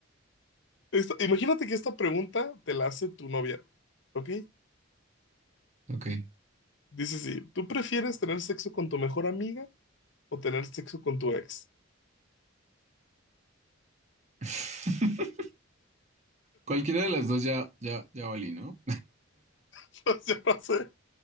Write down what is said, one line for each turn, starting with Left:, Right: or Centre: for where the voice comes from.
Left: Esta- imagínate que esta pregunta te la hace tu novia, ¿ok?
Right: Ok.
Left: Dice, sí, ¿tú prefieres tener sexo con tu mejor amiga o tener sexo con tu ex?
Right: <laughs> Cualquiera de las dos ya, ya, ya valí, ¿no?
Left: <laughs> Yo no sé,